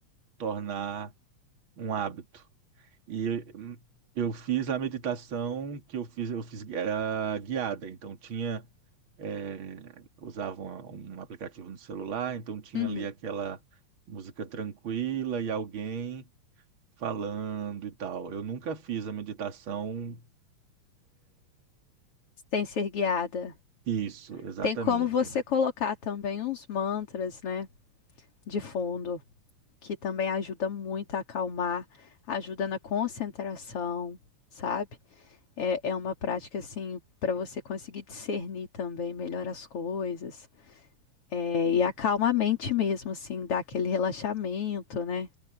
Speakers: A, on the right; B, on the left.
A: tornar um hábito. E eu, eu fiz a meditação que eu fiz, eu fiz era guiada, então tinha é, usava um, um aplicativo no celular, então tinha
B: uhum.
A: ali aquela música tranquila e alguém falando e tal. Eu nunca fiz a meditação
B: Sem ser guiada.
A: isso, exatamente.
B: Tem como você colocar também uns mantras, né, de fundo. que também ajuda muito a acalmar, ajuda na concentração, sabe? É, é uma prática assim para você conseguir discernir também melhor as coisas. É, e acalma a mente mesmo, assim, dá aquele relaxamento, né?